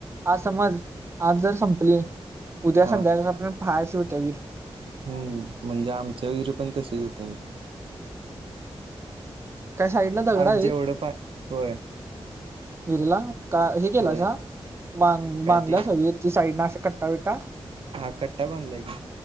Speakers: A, on the right; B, on the right.
A: आज समज आज जर संपले. उद्या
B: हा.
A: संध्याकाळ पर्यं हाय अशी होत्या विहीर.
B: हम्म म्हणजे, आमच्या विहिरी पण तशीच होत्या.
A: काय साईडला दगड
B: आज
A: आहे
B: जेवढं पा होय.
A: विहीरिला. का हे केलासा
B: होय.
A: बांध
B: काय
A: बांधलासा
B: ते
A: विहीर ती साईड न अस ते कटा विटा.
B: हा कट्टा बांधलाय कि.